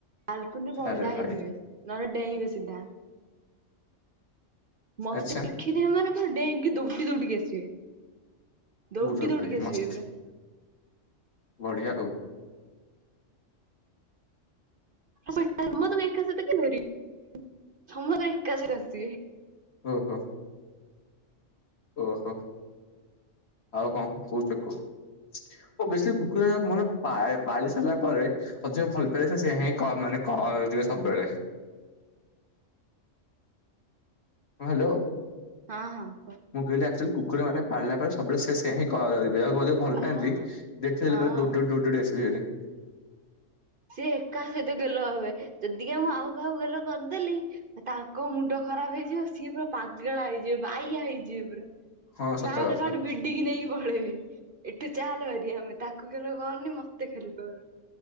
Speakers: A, on the right; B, on the left.
A: ବାଲକୁନିରେ ବନ୍ଧା
B: ଆରେ ଭାଇ
A: ହେଇଥିବେ ନହେଲେ ଡେଇଁବେ ସିଧା। ମତେ
B: ଆଚ୍ଛା
A: ଦେଖିଦ ମାନେ ପୁର ଡେଙ୍କି ଦୌଡି ଦୌଡିକି ଆସିବେ। ଦୌଡି
B: ପୁରା ଭାଇ
A: ଦୌଡି ଆସିବି
B: ମସ୍ତ
A: ଏ ପୁରା
B: ବଢିଆ ଆଉ।
A: ତ ଏକା ସତ କେ ଧରି ତ ତ ଏକା ସରେ ଆସିବେ।
B: ହୁଁ ହୁଁ। ଓହୋ ଆଉ କଣ କହଉଚି କୁହ। ଓ ବେଶୀ କୁକୁର ମାନେ ପା-ପାଳି ସାରିଲା ପରେ। ଅଧିକ ଭଲ ପାଇେ ସେ ସୋ ହିଁ ମାନେ କିବେ ସବୁବେଳେ। ହଁ ହ୍ୟାଲୋ।
A: ହଁ ହଁ।
B: ମୁଁ କହିଲି ଆକ୍ଚୁଲି କକୁରାନେଳିଲା ପରେ ସବୁଳେ ସେଆ ହଁ ବେ ଆଉ ଭଲ ପାଆନ୍ତି
A: ହଁ
B: ଦେଖିେଲେ
A: ହଁ
B: ପଡୋଡି ଆସିବି ଭାରି।
A: ସିଏ ଏକା ସହିତ ଗେଲ ହଏ ଯଦିକ ମୁଁ ଆଉ କାହାକୁ ଗେଲ କରିଦେଲି ତାଙ୍କ ମୁଣ୍ଡ ଖରାପ ହେଇଯିବ ସିଏ ପୁରା ପାଗଳା ହେଇଯିବ ବାଇଆ ହେଇଯିବ ପୁରା।
B: ହଁ
A: ତ ସାଠ
B: ସତ କଥା
A: ଖାଠି ବି ଏଟିକି ନେଇକି ପଳେଇବେ ଏଠୁ ଚାଲ ବାର ଆମେ ତାକୁଲ କରନି ମତେ ଖାଲି କର।